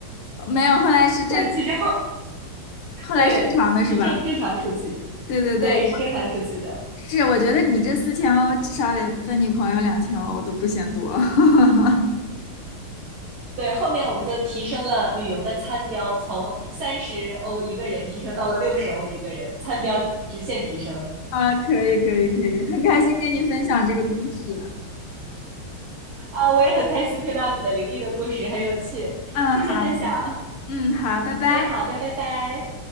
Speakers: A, on the left (about 85°); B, on the right (about 75°).
A: <laughs> 没有，后来是正，
B: 但其实后
A: 后来正常的是吧？
B: 对是正正常出去，
A: 对对对，
B: 对是正常出去的。
A: 是，我觉得你这四千欧至少得分你朋友两千欧我都不嫌多。<laughs>
B: 对，后面我们就提升了旅游的餐标，从三十欧一个人提升到了六十欧一个人，餐标直线提升
A: 啊，可以可以可以，很开心跟你分享这个故事。
B: 啊！我也很开心听到你的灵异的故事，很有趣，
A: 嗯，
B: 谢谢分享。
A: 好，嗯，好，拜拜。
B: 哎，好的，拜拜。